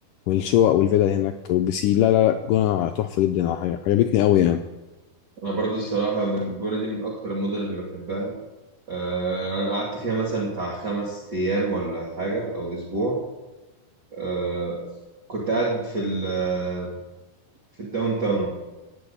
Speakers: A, on the left (about 85°); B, on the right (about 30°).
A: والشقق والفيلا اللي هناك والبسي لا لا لا الجونه تحفه جدا عج- عجبتني قوي يعني
B: انا برضو الصراحه من الجونه دي من اكتر المدن اللي بحبها آه، انا قعدت فيها مثلا بتاع خمس ايام ولا حاجه او اسبوع آه، كنت قاعد في ال في الداون تاون